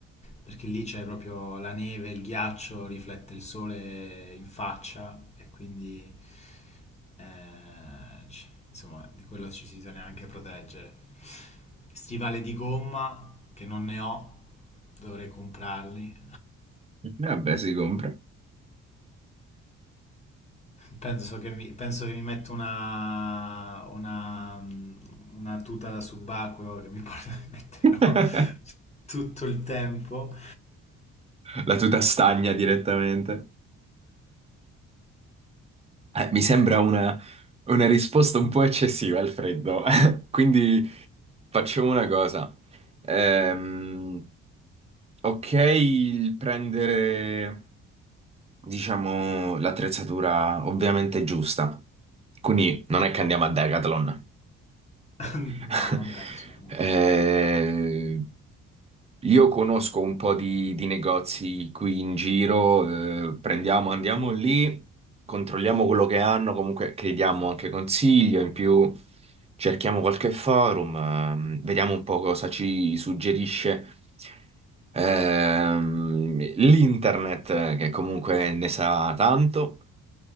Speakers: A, on the left; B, on the right.
A: perché lì c'è proprio la neve, il ghiaccio, riflette il sole in faccia e quindi eh, ci- insomma di quello ci si bisogna anche proteggere. Stivali di gomma che non ne ho, dovrei comprarli
B: Vabbè, si compra.
A: Penso che mi, penso che mi metto una, una, una tuta da subacqueo che mi porta- <laughs> metterò
B: <laughs>
A: tutto il tempo.
B: La tuta stagna direttamente. Eh, mi sembra una, una risposta un po' eccessiva al freddo. <laughs> Quindi facciamo una cosa. Ehm, ok, il prendere. diciamo, l'attrezzatura ovviamente giusta. Quindi non è che andiamo a Decathlon.
A: <laughs>
B: <laughs>
A: No, non penso. no.
B: Eh, io conosco un po' di, di negozi qui in giro, eh, prendiamo, andiamo lì, controlliamo quello che hanno, comunque chiediamo anche consiglio, in più cerchiamo qualche forum, ehm, vediamo un po' cosa ci suggerisce. Ehm, l'internet, eh, che comunque ne sa tanto.